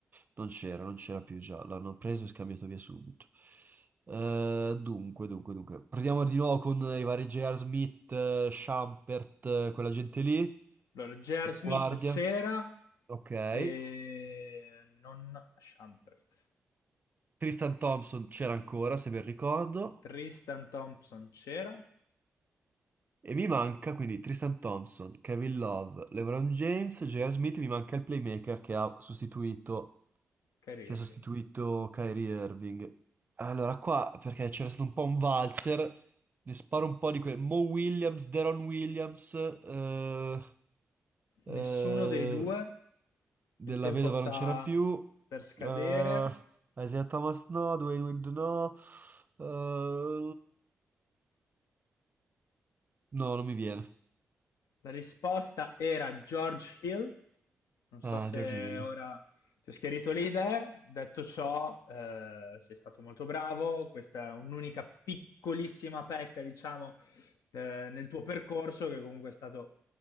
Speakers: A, on the right; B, on the left.
A: non c'era, non c'era più già. L'hanno preso e scambiato via subito. Eh, dunque, dunque, dunque. Proviamo di nuovo con i vari J.R. Smith, eh, Shumpert, eh, quella gente lì,
B: Allora, J.R.
A: in
B: Smith
A: guardia.
B: c'era
A: Ok.
B: e non Shumpert.
A: Tristan Thompson c'era ancora, se ben ricordo.
B: Tristan Thompson c'era.
A: E mi manca quindi Tristan Thompson, Kevin Love, LeBron James, J.R. Smith, mi manca il playmaker che ha sostituito,
B: Kyrie
A: che
B: Irving.
A: ha sostituito Kyrie Irving. Allora qua, perché c'era stato un po' un valzer, ne sparo un po' di quelle. Mo Williams, Deron Williams, eh,
B: Nessuno
A: eh,
B: dei due?
A: della
B: Il tempo
A: vedova
B: sta
A: non c'era più,
B: per scadere.
A: eh, Isaiah Thomas no, Dwayne Wade no, eh, no, non mi viene.
B: La risposta era George Hill. Non so
A: Ah,
B: se
A: George Hill.
B: ora ti ho schiarito le idee. Detto ciò, eh, sei stato molto bravo. Questa è un'unica piccolissima pecca, diciamo, eh, nel tuo percorso, che comunque è stato